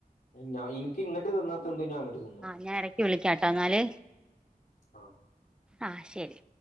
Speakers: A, on the left; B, in the centre.
A: ഞാ എനിക്ക് ഇങ്ങട്ട്തിന്നാത്ത എന്തും ഞാൻ അങ്ങട്ട് തിന്നും.
B: ഞൻ എടയ്ക്ക് വിളിയ്ക്കാട്ടോ എന്നാല്
A: ആഹ്
B: ആഹ് ശെരി.